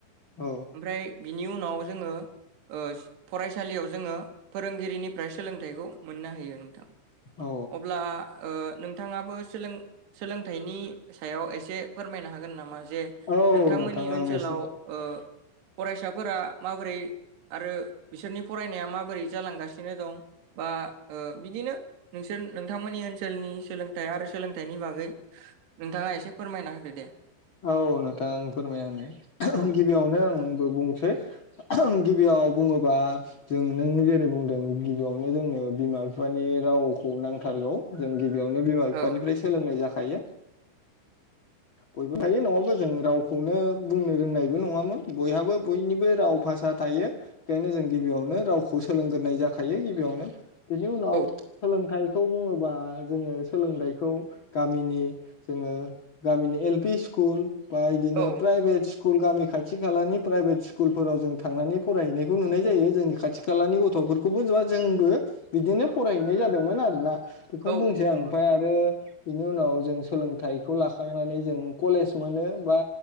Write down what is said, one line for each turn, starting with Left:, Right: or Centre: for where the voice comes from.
Left: औ
Right: ओमफ्राय बिनि उनाव जोङो ओ फरायसालियाव जोङो फोरोंगिरिनिफ्राय सोलोंथाइखौ मोननो होयो नोंथां
Left: औ
Right: अब्ला ओ नों थाङाबो सोलों सोलोंथाइनि सायाव एसे फोरमायनो हागोन नामा? जे
Left: औ
Right: नोंथांमोननि
Left: नोंथां आं
Right: ओनसोलाव
Left: एसे
Right: ओ फरायसाफोरा माबोरै आरो बिसोरनि फरायनाया माबोरै जालांगासिनो दं बा ओ बिदिनो नोंसोर नोंथांमोननि ओनसोलनि सोलोंथाइ आरो सोलोंथाइनि बागै नोंथाङा एसे फोरमायना होदो दे।
Left: औ नोंथां फोरमायना होनि
Right: औ
Left: गिबियावनो आंबो बुंसै गिबियाव बुङोबा जों नों जेरै बुंदों गिबियावनो जोंनो बिमा बिफानि रावखौ नांथारगौ जों गिबि बियावनो बिमा बिफानिफ्राय
Right: औ
Left: सोलोंनाय जा खायो बयबो थायो नङाबा जों रावखौनो बुंनो रोंनायबो नङामोन बयहाबो बयनिबो राव भाषा थायो बेखायनो जों गिबियावनो रावखौ सोलोंगोरोनाय जाखायो गिबियावनो बिनि उनाव
Right: औ
Left: सोलोंथाइ खौ बुङोबा जोङो सोलोंथाइखौ गामिनि जोङो गामिनि एल पि स्कुल बा इदिनो
Right: औ
Left: प्राइभेटस स्कुल गामि खाथि खालानि प्राइभेट स्कुलफोराव जों थांनानै फरायहैनायखौ नुनाय जायो जोंनि खाथि खालानि गथ'फोरखौबो जोंबो बिदिनो फरायहैनाय जादोंमोन आरोना। बेखौनो
Right: औ
Left: बुंनोसै आं
Right: नंगौ
Left: ओमफाय आरो बिनि उनाव जों सोलोंथाइखौ लाखांनानै जों कलेज मोनोबा